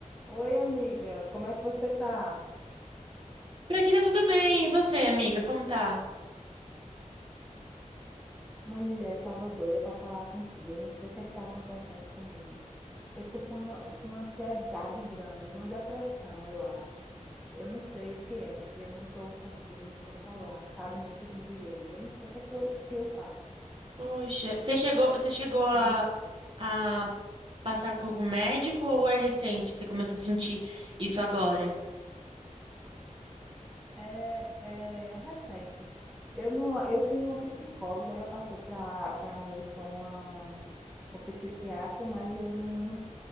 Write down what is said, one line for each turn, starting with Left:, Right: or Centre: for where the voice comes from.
Centre: Oi, amiga, como é que você tá?
Right: Por aqui tá tudo bem. E você, amiga, como tá?
Centre: Mulher, eu tava doida para falar contigo. Eu não sei o que é que tá acontecendo comigo. Eu tô com, a- com uma ansiedade grande, uma depressão, eu acho. Eu não sei o que é. Eu não tô conseguindo me controlar, sabe? Nem durmo direito. Eu não sei o que é que eu, que eu faço.
Right: Poxa, você chegou, você chegou a,
Centre: Sei não.
Right: a passar com algum médico ou é recente? Você começou a sentir isso agora?
Centre: É, é recente. Eu não, eu fui uma psicóloga, ela passou para para mim para uma, pra um psiquiatra, mas eu não